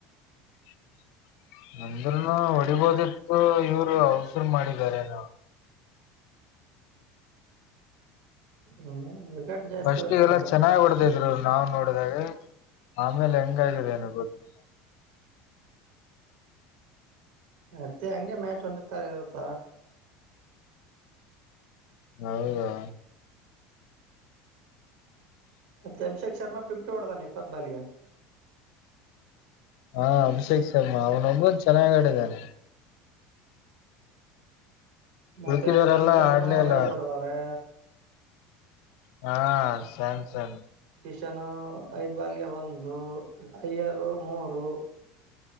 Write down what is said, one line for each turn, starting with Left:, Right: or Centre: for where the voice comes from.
Left: <inaudible> ಅಂದ್ರೂನು ಹೊಡಿಬೋದಿತ್ತು ಇವ್ರು ಅವಸರು ಮಾಡಿದಿದ್ದಾರೆ ಏನೋ.
Right: ಹ್ಮ್ ವಿಕೆಟ್ ಜಾಸ್ತಿ
Left: ಫರ್ಸ್ಟ್ಗೆಲ್ಲ
Right: ಹೋಗಿದಲ್ಲ
Left: ಚೆನ್ನಾಗಿ ಹೊಡೆದಿರು ಅವ್ರು. ನಾವ್ ನೋಡಿದಾಗ ಆಮೇಲೆ ಹೆಂಗಾಗಿದೆ ಏನೋ ಗೊತ್ತಿಲ್ಲ. <inaudible>
Right: ಮತ್ತೆ ಹಂಗೆ ಮ್ಯಾಚ್ ಒಂದತ್ತರ ಇರುತ್ತ.
Left: ಹೌದಾ
Right: ತಮ್ಮ ಶೇ ಶರ್ಮ ಫಿಫ್ಟಿ ಒಡದಾನ ಇಪ್ಪತ್ ಬಾಲ್ಗೆ.
Left: ಹಾ ಅಭಿಷೇಕ್ ಶರ್ಮಾ ಅವನೊಬ್ಬನ್ ಚೆನ್ನಾಗ ಆಡಿದ್ದಾನೆ.
Right: ಮತ್ತೆ
Left: ಉಳ್ಕಿದಾರೆಲ್ಲ
Right: ಸ್ಯಾಮ್ಸನ್
Left: ಆಡ್ಲೇ ಇಲ್ಲ
Right: ಐದ್ ಹೊಡದಾವ್ರೆ.
Left: ಹಾ ಸನ್ ಸನ್.
Right: ಚನು ಐದ್ ಬಾಲ್ಗೆ ಒಂದು ಯಾರು ಮೂರು